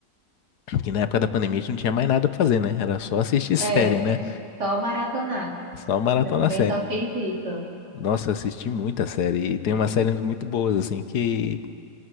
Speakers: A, on the left; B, on the right.
A: Porque na época da pandemia a gente não tinha mais nada pra fazer, né? Era só assistir <laughs> série,
B: É,
A: né?
B: só maratonar.
A: Só maratona
B: Eu também
A: série.
B: só fiz isso.
A: Nossa, eu assisti muita série. E tem umas séries muito boas, assim, que,